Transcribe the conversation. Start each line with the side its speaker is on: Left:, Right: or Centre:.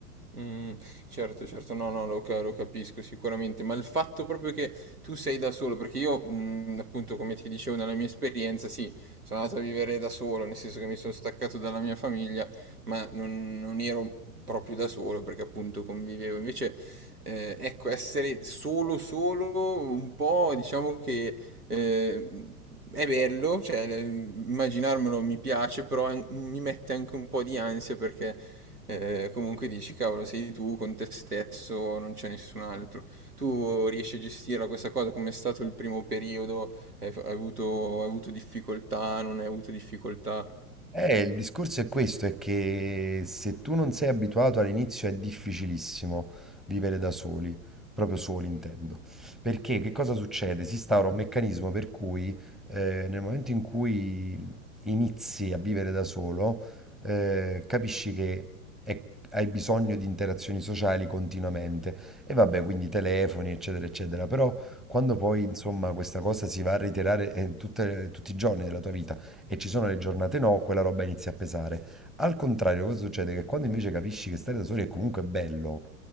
Right: Mh, certo, certo. No, no, lo ca lo capisco sicuramente, ma il fatto proprio che tu sei da solo perché io, mhmm, appunto come ti dicevo nella mia esperienza, sì, sono andato a vivere da solo, nel senso che mi sono staccato dalla mia famiglia, ma non non ero proprio da solo perché appunto convivevo. Invece, ehm, ecco, essere solo, solo un po' diciamo che, ehm, è bello, cioè, ehm, immaginarmelo mi piace, però an mi mette anche un po' di ansia perché eh, comunque dici, cavolo, sei tu con te stesso, non c'è nessun altro. Tu riesci a gestirla questa cosa? Com'è stato il primo periodo? Hai, f- hai avuto, hai avuto difficoltà? Non hai avuto difficoltà?
Centre: Eh, il discorso è questo, è che se tu non sei abituato all'inizio è difficilissimo vivere da soli, proprio soli intendo, perché che cosa succede? Si instaura un meccanismo per cui eh, nel momento in cui inizi a vivere da solo, eh, capisci che è- hai bisogno di interazioni sociali continuamente e vabbè, quindi telefoni, eccetera, eccetera, però quando poi insomma questa cosa si va a reiterare eh, tutte- tutti i giorni della tua vita, e ci sono le giornate no, quella roba inizia a pesare. Al contrario, cosa succede? Che quando invece capisci che stare da soli è comunque bello,